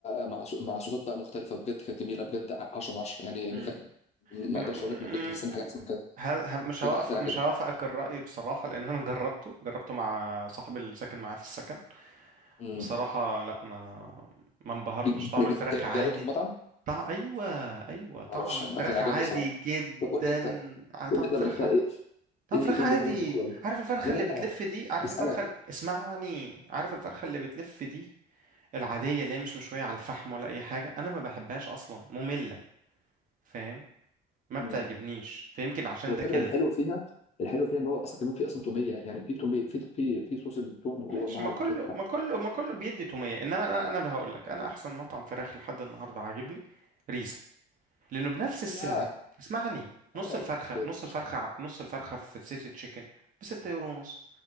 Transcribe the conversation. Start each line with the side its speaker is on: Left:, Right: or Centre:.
Left: مع صو- مع صوصات بقى مختلفه بجد كانت جميله بجد 10 من 10 يعني
Right: مم.
Left: ما كان- ما
Right: <laughs> م-
Left: اقدرش اقول لك انا كنت مستني حاجه احسن من كده
Right: ه- ه- مش هوقف
Left: كان كان
Right: مش
Left: عجبني
Right: هوافقك الرأي بصراحة لأن أنا جربته جربته مع صاحبي اللي ساكن معاه في السكن
Left: مم.
Right: بصراحة لا ما ما انبهرتش
Left: ج-
Right: طعم
Left: يعني
Right: الفراخ
Left: ج-
Right: عادي
Left: جربته في مطعم
Right: طعم أيوة أيوة طعم
Left: ما اعرفش
Right: الفراخ
Left: أنا كان عاجبني
Right: عادي
Left: صراحه
Right: جدا
Left: طب قول لي انت
Right: ع- طعم
Left: قول لي
Right: الفراخ
Left: طب انت ايه
Right: عادي طعم
Left: ايه
Right: الفراخ
Left: إيه
Right: عادي
Left: اللي انت شايفه كويس
Right: عارف الفرخة
Left: لا
Right: اللي
Left: لا لا
Right: بتلف دي عارف
Left: بسالك
Right: الفرخة ال- اسمعني عارف الفرخة اللي بتلف دي العادية اللي هي مش مشوية على الفحم ولا أي حاجة أنا ما بحبهاش أصلا مملة فاهم ما بتعجبنيش
Left: مم.
Right: فيمكن عشان
Left: هو الفكره
Right: ده كده
Left: الحلو فيها الحلو فيها ان هو اصلا كمان في اصلا توميه يعني في توميه في في في صوص التوم جوه
Right: ماشي
Left: مع
Right: ما كله
Left: الفته
Right: ما كله ما كله بيدي تومية انما انا انا هقول لك انا احسن مطعم فراخ لحد النهارده عاجبني ريزا لانه بنفس السعر
Left: لا
Right: اسمعني نص
Left: اه
Right: الفرخة
Left: كده
Right: نص الفرخة ع- نص الفرخة في سيتي تشيكن ب 6 يورو ونص